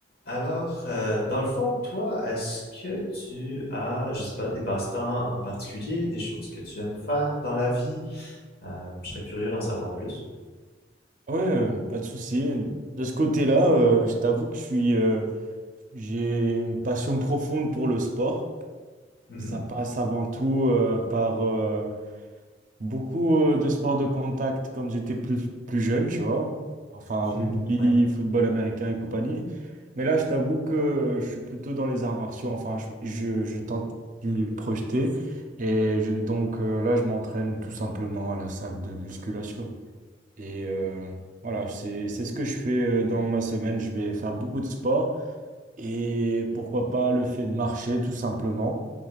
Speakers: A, on the left (about 55°); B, on the right (about 45°).
A: Alors, euh, dans le fond, toi, est-ce que tu as, je sais pas, des passe-temps en particulier, des choses que tu aimes faire dans la vie? Euh, je serais curieux d'en savoir plus.
B: Ouais, euh, pas de souci. De ce côté-là, euh, je t'avoue que je suis, euh, j'ai une passion profonde pour le sport.
A: Mhm,
B: Ça passe avant tout euh, par euh, beaucoup euh, de sports de contact quand j'étais plus, plus jeune, tu vois. Enfin,
A: mhm.
B: rugby,
A: Ouais,
B: football américain et compagnie. Mais là, je t'avoue que je suis plutôt dans les arts martiaux. Enfin, je, je, je tente de m'y projeter. Et je- donc euh, là, je m'entraîne tout simplement à la salle de musculation. Et euh, voilà, c'est c'est ce que je fais euh, dans ma semaine. Je vais faire beaucoup de sport et pourquoi pas le fait de marcher tout simplement,